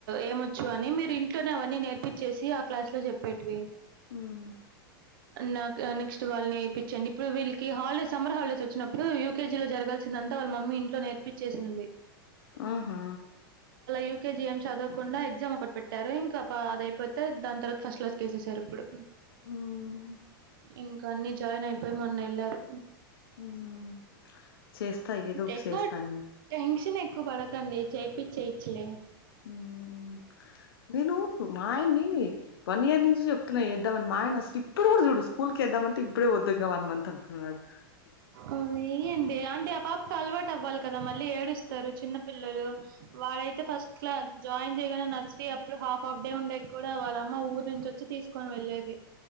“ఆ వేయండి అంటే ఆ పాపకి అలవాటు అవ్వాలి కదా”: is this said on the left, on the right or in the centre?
Right